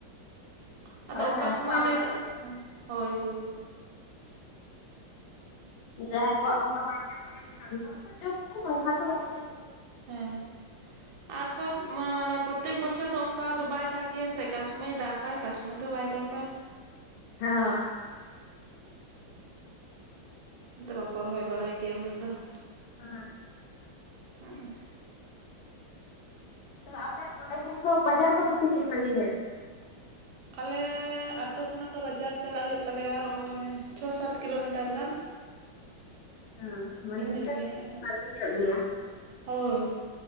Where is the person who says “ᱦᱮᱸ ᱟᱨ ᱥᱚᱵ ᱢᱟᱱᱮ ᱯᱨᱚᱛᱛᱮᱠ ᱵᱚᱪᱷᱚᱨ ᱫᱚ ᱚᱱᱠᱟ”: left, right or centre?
Right